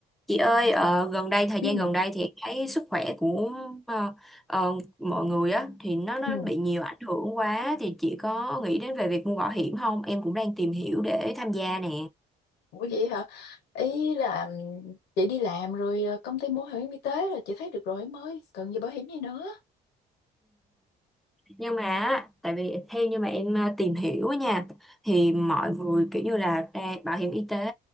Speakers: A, in the centre; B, on the left.
A: Chị ơi, ờ, gần đây thời
B: Ừ.
A: gian gần đây thì em thấy sức khỏe của ờ, ờ, mọi người á thì nó nó
B: Ừ.
A: bị nhiều ảnh hưởng quá thì chị có nghĩ đến về việc mua bảo hiểm không? Em cũng đang tìm hiểu để tham gia nè.
B: Ủa vậy hả? Ý là ừm, chị đi làm rồi ờ, công ty mua bảo hiểm y tế là chị thấy được rồi em ơi, cần gì bảo hiểm gì nữa.
A: nhưng mà á, tại vì theo như mà em ờ, tìm hiểu á nha thì mọi người kiểu như là ra bảo hiểm y tế